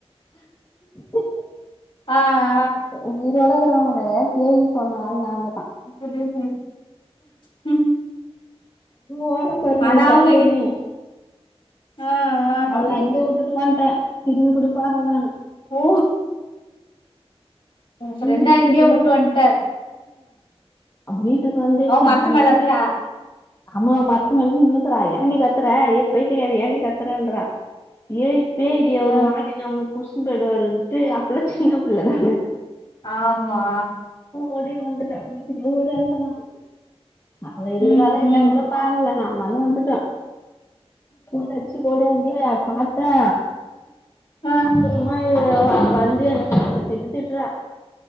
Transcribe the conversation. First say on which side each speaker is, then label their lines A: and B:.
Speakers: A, on the left; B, on the left.
A: <unintelligible>
B: ஆ ஆ ஆ
A: உயிரோடக்கிறவங்கள பேயு சொன்னால் நாங்க தா
B: அப்டியா ஆ
A: ஓடுறோ பாரு நாங்
B: ஆனா அவங்க
A: கத்தினு
B: எ ஆ
A: அவள
B: ஆ
A: அங்கயே விட்டுட் வந்துட்டே திரும்பி கூட பாக்கல நானு
B: ஓ ஒன் ஃப்ரெண்டா
A: சின்ன வயசுல
B: அங்கயே
A: இப்டில்லா
B: வுட்டு வன்ட
A: அவுங் வீட்டுக்கு வந்து சாமியாவே
B: மரத்து மேல இருக்கா
A: ஆமா மரத்துமேல நின்னுக்குறா ஏண்டி கத்துற ஏ பயித்தியகாரி ஏண்டி கத்துறங்கறா ஏய் பேய்டி
B: ஆ
A: அவரு வாடி நமள புடிச்சுனு போயிடுவாருனு அப்பல்லா சின்ன பிள்ளதான
B: ஆமா
A: ஓடி வந்துட்ட வீட்டுக்கு ஓடி வந்துட்டே நானு அவ இருக்கறாளா
B: ம்
A: இல்லையானு
B: ம்
A: கூட பாக்கல நா மள வந்துட்டான் உந்து அடிச்சு ஓடியாந்தே பாத்தே
B: ஆ
A: அப்புறமா இவ வ வந்து என்ன தித்து தித்திட்டுற